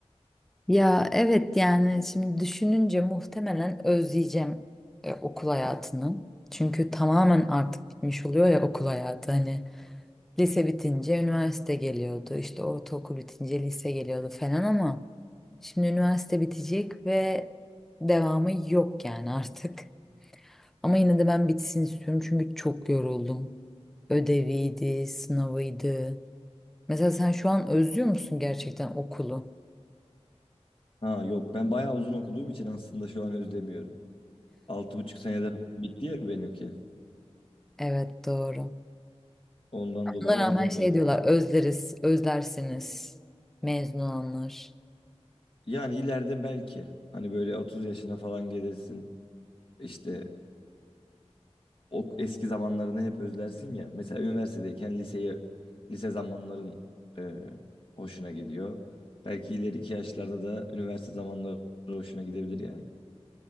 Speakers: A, in the centre; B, on the left.
A: Ya evet yani şimdi düşününce muhtemelen özleyeceğim e, okul hayatını. Çünkü tamamen artık bitmiş oluyor ya okul hayatı. Hani lise bitince üniversite geliyordu, işte ortaokul bitince lise geliyordu falan ama şimdi üniversite bitecek ve devamı yok yani artık. Ama yine de ben bitsin istiyorum çünkü çok yoruldum. Ödeviydi, sınavıydı. Mesela sen şu an özlüyor musun gerçekten okulu?
B: Ha yok ben bayağı uzun okuduğum için aslında şu an özlemiyorum. Altı buçuk senede falan bitti ya benimki.
A: Evet doğru.
B: Ondan dolayı
A: Buna
B: özlemiyorum.
A: rağmen şey diyorlar özleriz, özlersiniz mezun olanlar.
B: Yani ileride belki hani böyle 30 yaşına falan gelirsin. İşte o eski zamanlarını hep özlersin ya. Mesela üniversitedeyken liseyi lise zamanların e, hoşuna gidiyor. Belki ileriki yaşlarda da üniversite zamanları hoşuna gidebilir yani.